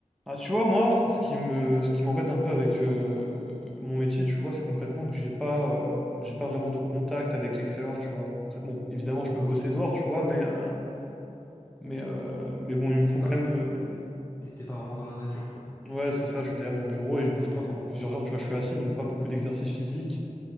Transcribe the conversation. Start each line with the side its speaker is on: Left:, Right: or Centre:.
Centre: Ah, tu vois, moi, ce qui me, ce qui m'embête un peu avec euh, mon métier, tu vois, c'est concrètement que j'ai pas, euh, j'ai pas vraiment de contact avec l'extérieur, tu vois. Concrètement, bon, évidemment, je peux
Left: Ok.
Centre: bosser dehors, tu vois, mais, euh, mais, euh, mais bon, il me faut
Left: T'es pas,
Centre: quand même. euh,
Left: t'es t'es pas vraiment dans la nature, quoi.
Centre: Ouais, c'est ça, je suis derrière mon bureau et je bouge
Left: Ok.
Centre: pas pendant plusieurs heures, tu vois, je suis assis, donc pas beaucoup d'exercice physique,